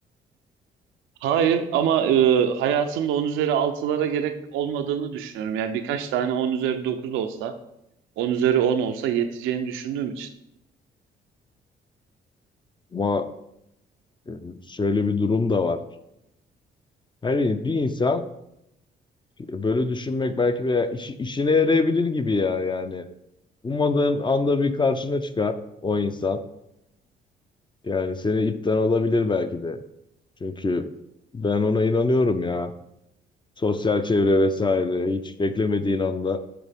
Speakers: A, on the right (about 90°); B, on the left (about 25°).
A: Hayır ama e, hayatımda 10 üzeri altılara gerek olmadığını düşünüyorum. Yani birkaç tane 10 üzeri 9 olsa, 10 üzeri 10 olsa yeteceğini düşündüğüm için.
B: Ama e, şöyle bir durum da var. Her in- bir insan böyle düşünmek belki bir işi- işine yarayabilir gibi ya yani. Ummadığın anda bir karşına çıkar o insan. Yani seni ipten alabilir belki de. Çünkü ben ona inanıyorum ya. Sosyal çevre vesaire hiç beklemediğin anda